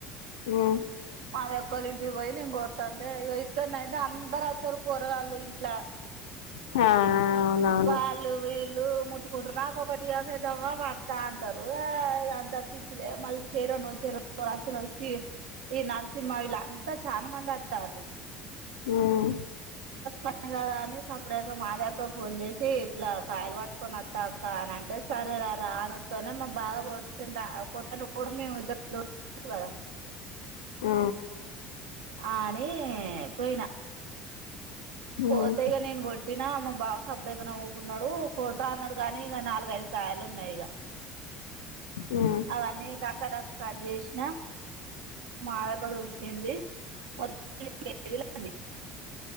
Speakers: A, on the left (about 80°); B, on the right (about 80°).
A: ఉమ్
B: మాది ఒక్కలి ఇంటికి పోయి నిం అంటే ఇక్కడన అయితే అందరుతారు పొరగాళ్ళు ఇంట్లో
A: ఆ అవునవును
B: వాాలు ఇ ముట్కు రాట్ స్విచ్ ఆఫ్ అయితదా మా అక్కా ట ర అంటా ఉంటారు ఈ పిచ్చిలే మళ్ళీ చెరను చెర వచ్చి ఈ నర్ సినిమా వీళ్ళ అంతా చాలా మంది వచ్చారు
A: ఉమ్
B: పని కదా అని సప్పుడాయాక మాదక్క ఫోన్ చేసి ఇట్లా కాయలు పట్టుకొని వత్తాక్క అని అంటే సరే రా రా అనితోనే మా బాగా కొట్టి కొట్ట కూడా మేము ఇద్దరు ద కదా
A: ఆ
B: ఆని పోయినా
A: మ్మ్
B: పోతే ఈగ నేన్ గట్ టీన మా బావస్ అప్పుడ నవ్వుకున్నాడు పోతా అన్నాడు కాగానీ ఇక నాలుగఐదు కాయలున్నా ఈగ
A: మ్మ్
B: అవన్నీ ట క టక చేసిం అ మదక తుడిచింది మొత్తం కేజీలంది